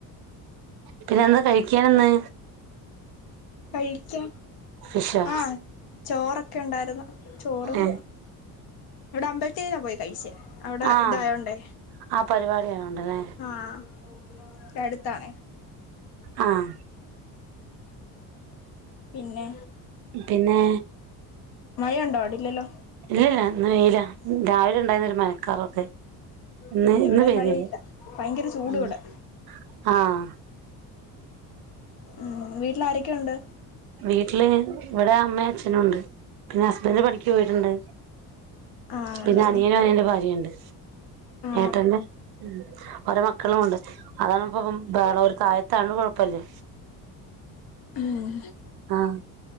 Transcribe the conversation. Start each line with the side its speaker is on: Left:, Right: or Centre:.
Right: പിന്നെ എന്താ കഴിക്കൻന്ന്
Left: കഴിക്ക
Right: ഫിഷോ
Left: ആഹ ചോറൊക്കെ ഒക്കെ ഉണ്ടായിരുന്നു ചോറും
Right: ഏഹ്
Left: ഇവിടെ അമ്പലത്തേന്നാ പോയി കഴിച്ചേ അവിടെ
Right: ആഹ്
Left: ഇതായോണ്ടേ
Right: ആ പരിപാടി ആയോണ്ടല്ലേ
Left: ആഹ അടുത്താണേ
Right: ആഹ
Left: പിന്നെ
Right: പിന്നെ
Left: മഴയുണ്ടോ അവിടല്ലല്ലോ
Right: ഇല്ലല്ല ഇന്ന് വെയില രാവിലെ ഉണ്ടായിരുന്ന ഒരു മനക്കാറൊക്കെ ഇന്ന്
Left: ഉം
Right: ഇന്ന്
Left: ഇവിടെ മഴയില്ല ഭയങ്കര ചൂട്
Right: <inaudible>
Left: ഇവിടെ
Right: ആഹ <inaudible>
Left: ഉം വീട്ട എ ആരൊക്കെയ ഉണ്ട്
Right: വീട്ടില് ഇവിടെ അമ്മയും അച്ഛനുംഉണ്ട് പിന്നെ ഹസ്ബന്ഡ് പഠിക്ക പോയിട്ടുണ്ട്
Left: ആ അല്ലേ
Right: പിന്നെ അനിയനും അനന്റെ ഭാര്യുണ്ട്
Left: ആ
Right: ട്ടന്റെ ഒരവാ മക്കളുംണ്ട് അതാണ് ഇപ്പ വേ താഴത്താണോകുഴപ്പല്ലേ
Left: ഉം
Right: ആഹ്